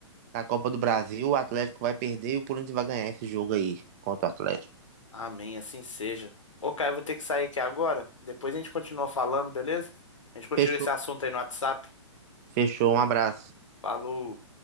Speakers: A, on the right; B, on the left.
A: da Copa do Brasil, o Atlético vai perder e o Corinthians vai ganhar esse jogo aí contra o Atlético.
B: Amém, assim seja. Ô, Caio, eu vou ter que sair aqui agora. Depois a gente continua falando, beleza? A gente continua
A: Fechou.
B: esse assunto aí no WhatsApp.
A: Fechou, um abraço.
B: Falou.